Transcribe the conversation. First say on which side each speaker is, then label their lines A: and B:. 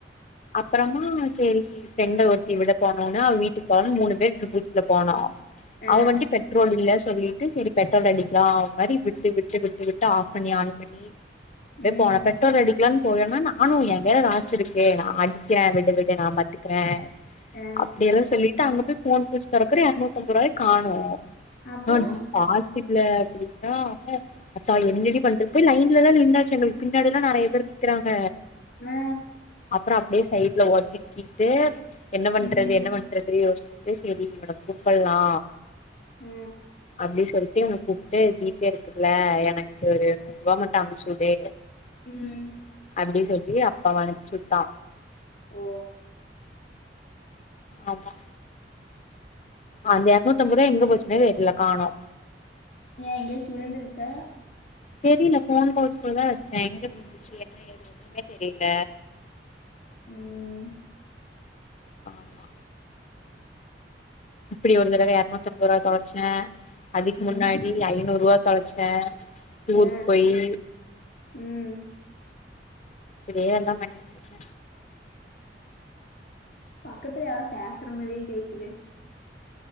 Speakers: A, on the left; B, on the left.
A: அப்பறமா சேரி ஃப்ரெண்ட ஒருத்தி விட போனுன்னு அவ வீட்டுக் போணுன்னு மூணு பேரு ட்ரிபுல்ஸ் ல போனோ
B: அ,
A: அவ வண்டி பெட் ரோல் இல்ல சொல்லிட்டு செரி பெட்ரோல் அடிக்கலா ஒரு மாரி விட்டு விட்டு விட்டு விட்டு ஆஃப் பண்ணி ஆன் பண்ணி அப்டியே
B: ம்,
A: போனோ பெட்ரோல் அடிக் லனு போலனா நானு எ கைல காசு இருக்கு நா அடிக்கிறே விடு விடு நா பாத்துக்கிறே
B: அ,
A: அப்டியெல்லா சொல்லிட்டு அங்க போய் ஃபோன் பவுச் தொரக்குற இரநூத்தம்பது ரூபாய காணோ
B: அப்புறம்?
A: ஆ நீ காசு இல அப்டின்னா ஆ ஆத்தா என்னடி பண்றது லைன்லதா நின்னாச்சு எங்களுக்கு பின்னாடில்லா நெறைய பேர் நிக்கிறாங்க
B: ஆ
A: அப்ற அப்டியே சைட்ல ஒதுக்கிட்டு என்ன
B: ம்
A: பண்றது என்ன பண் றது யோசிச்சுட்டு செரி இவன கூப்பல்லா
B: ஆ
A: அப்டி சொல் லி கூப்டு ஜீப்பே இருக்குல எனக்கு ஒரு நூறுவா மட்டு அமுச்சு விடு
B: ம்
A: அப்டின்னு சொல்லி அப்ப அவ அனுப்ச்சுட்டா
B: ஓ
A: ஆமா அந்த இரநூத்தம்பது ரூவா எங்க போச்சுனே தெர்ல காணோ
B: ஏ எங்கயாச்சு விழுந்துருச்சா
A: தெரில ஃபோன் பவுச் குள்ள தா வச்சே எங்க விழுந்துச்சு என்ன ஏது ஒண்ணுமே தெரியல
B: ம்ம்ம்
A: ஆமா இப்டி ஒரு தடவ இரநூத்தம்ப ரூவா தொலச்சே அதுக்கு
B: ம்
A: முன்னாடி ஐநூ ரூவா தொலச்சே டூருக்கு
B: ஆ
A: போயி
B: ம்
A: இப்டியே எல்லா பண்ணிகிட்ருக்கே
B: பக்கத்துல யாரோ பேசுற மாரியே கேக்குது